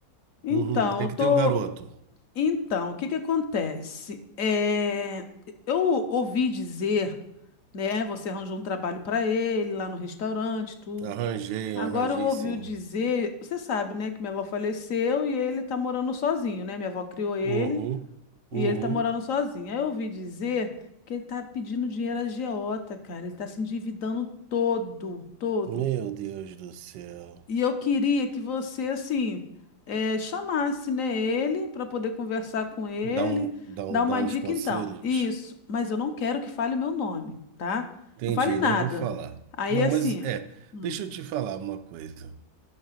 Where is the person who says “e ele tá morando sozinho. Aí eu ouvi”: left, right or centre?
Left